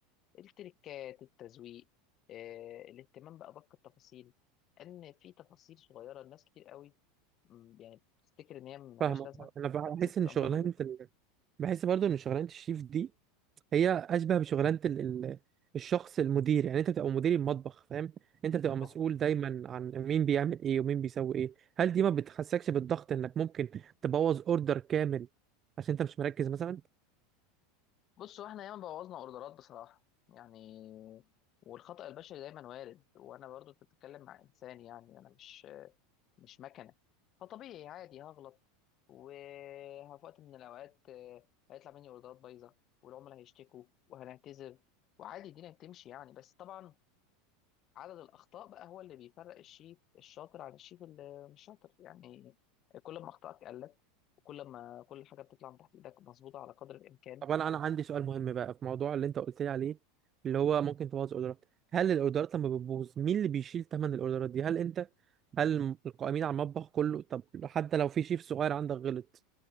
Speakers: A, on the left; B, on the right.
A: التركات التزويق آه، الاهتمام بادق التفاصيل ان في تفاصيل صغيره الناس كتير قوي م، يعني بتفتكر ان هي ملهاش
B: فاهمك
A: لازمه
B: آه. انا بحس
A: بس بتبقى
B: ان شغلانه
A: مهمه جدا
B: ال- بحس برضو ان شغلانه الشيف دي هي اشبه بشغلانه ال... ال... الشخص المدير يعني انت بتبقى مدير المطبخ فاهم انت بتبقى
A: اه طبعا
B: مسؤول دايما عن مين بيعمل ايه ومين بيسوي ايه هل دي ما بتحسكش بالضغط انك ممكن تبوظ اوردر كامل عشان انت مش مركز مثلا
A: بصوا احنا ياما بوظنا اوردرات بصراحه يعني والخطأ البشري دايما وارد وانا برضو كنت بتتكلم مع انسان يعني انا مش مش مكنه فطبيعي عادي هغلط وفي وقت من الاوقات آه، هيطلع مني اوردرات بايظه والعملاء هيشتكوا وهنعتذر وعادي الدنيا بتمشي يعني بس طبعا عدد الاخطاء بقى هو اللي بيفرق الشيف الشاطر عن الشيف اللي مش شاطر يعني كل ما اخطائك قلت وكل ما كل حاجه بتطلع من تحت ايدك مظبوطه على قدر الامكان
B: طب انا انا عندي سؤال مهم بقى في موضوع اللي انت قلت لي عليه اللي هو ممكن تبوظ اوردرات هل الاوردرات لما بتبوظ مين اللي بيشيل ثمن الاوردرات دي هل انت هل القائمين على المطبخ كله طب حتى لو في شيف صغير عندك غلط